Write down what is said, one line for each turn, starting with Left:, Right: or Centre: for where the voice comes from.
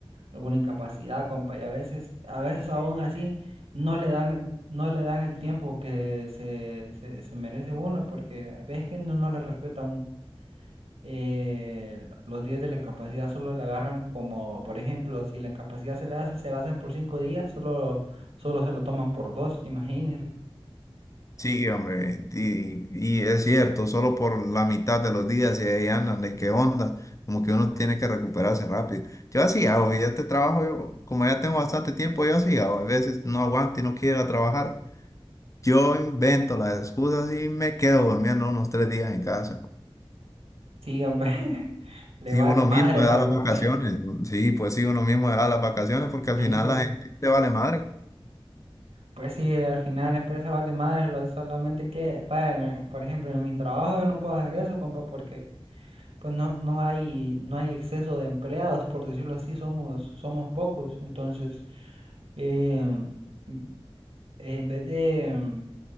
Right: alguna incapacidad, compa, y a veces, a veces aún así no le dan el, no le dan el tiempo que se, se, se merece uno, porque ves que no, no le respetan un- eh, los días de la incapacidad, solo le agarran como, por ejemplo, si la incapacidad se le hace, se la hacen por cinco días, solo, solo se lo toman por dos, imagínense.
Left: Sí, hombre, y, y es cierto, solo por la mitad de los días y ahí andan, de qué onda, como que uno tiene que recuperarse rápido. Yo así hago, ya este trabajo, yo, como ya tengo bastante tiempo, yo así hago, a veces no aguanto y no quiero ir a trabajar, yo invento las excusas y me quedo durmiendo unos tres días en casa.
Right: Sí, hombre, <laughs> le
Left: Si
Right: vale
Left: uno
Right: madre
Left: mismo le
Right: pa'
Left: da
Right: compa.
Left: las vacaciones, ¿no? sí, pues sí, uno mismo le da las vacaciones porque al
Right: Sí,
Left: final
Right: hombre.
Left: la gente te vale madre.
Right: Pues sí, al final la empresa vale madre, lo- solamente que, bueno, por ejemplo, en mi trabajo yo no puedo hacer eso, compa, porque pues no, no hay, no hay exceso de empleados, por decirlo así, somos, somos pocos. Entonces, em, m- en vez de, em,